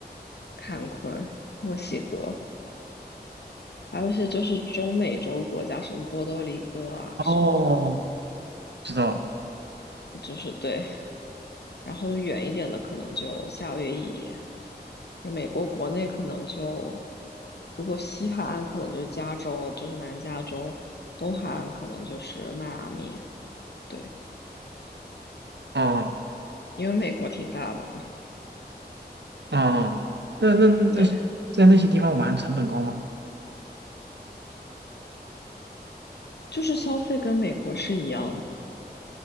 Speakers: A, on the left (about 75°); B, on the right (about 85°).
A: 坎昆、墨西哥，还有一些就是中美洲国家，什么波多黎各啊，
B: 哦，
A: 什么
B: 知道了。
A: 就是对，然后远一点的可能就夏威夷，美国国内可能就，如果西海岸可能就是加州，就是南加州，东海岸可能就是迈阿密，对，
B: 哦，
A: 因为美国挺大的嘛，
B: 哦，那那那
A: 对，
B: 在那些地方玩成本高吗？
A: 就是消费跟美国是一样的，